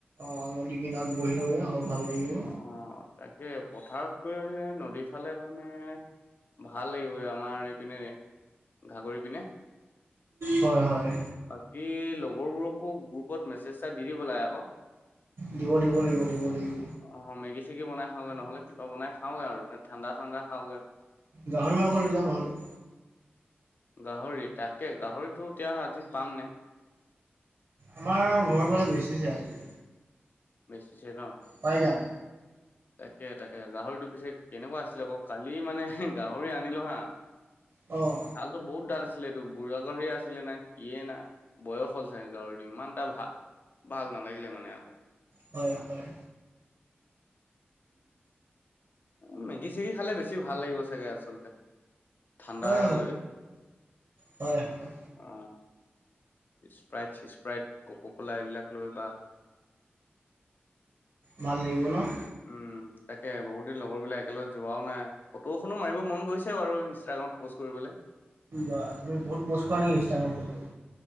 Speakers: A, on the right; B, on the left.
A: অ নদী কিনাৰত বহি লওগে অলপ ভাল লাগিব।
B: অ তাকে, পথাৰত কৈ নদীৰ ফালে মানে- ভাল লাগিব এই আমাৰ এইপিনে, ঘাগৰি পিনে।
A: হয় হয়।
B: বাকী লগৰবোৰকো গ্ৰুপত মেছেজ এটা দি দিব লাগে ক।
A: দিব দিব লাগিব দিব লাগিব।
B: অঁ' মেগি চেগী বনাই খাওঁগে নহ'লে কিবা বনাই খাওঁগে আৰু ঠাণ্ডা চাণ্ডা খাওঁগে।
A: গাহৰি মাংস লৈ যাওঁ নহ'লে।
B: গাহৰি তাকে, গাহৰিটো এতিয়া আজি পাম নে?
A: আমাৰ ঘৰৰ ফালে বেচিছে আজি।
B: বেচিছে ন'।
A: পাই যাম।
B: <unintelligible> তাকে তাকে গাহৰিটো পিছে কেনেকুৱা আছিলে আকৌ কালি মানে গাহৰি আনিলোঁ হা। <unintelligible>
A: অ'হ।
B: ছালতো বহুত ডাঠ আছিলে এইটো বুঢ়া গাহৰিয়ে আছিলে না কিয়ে না। বয়স হ'ল চাগে গাহৰিটোৰ ইমান এটা ভা ভাল নালাগিলে মানে আকৌ।
A: হয় হয়।
B: উম মেগী চেগী খালে বেছি ভাল লাগিব চাগে আচলতে, ঠাণ্ডা
A: হয়
B: লৈ।
A: হয় হয়।
B: অ স্প্ৰাইট স্প্ৰাইট ক'ক' কলা এইবিলাক লৈ বা।
A: ভাল লাগিব ন'।
B: উম, তাকে বহুত দিন লগৰবিলাক একেলগে যোৱাও নাই। ফটোখনো মাৰিব মন গৈছে বাৰু ইনষ্টাগ্ৰামত প'ষ্ট কৰিবলে।
A: বা তুমি বহুত পোষ্ট কৰা নেকি ইনষ্টাগ্ৰামত ফটো।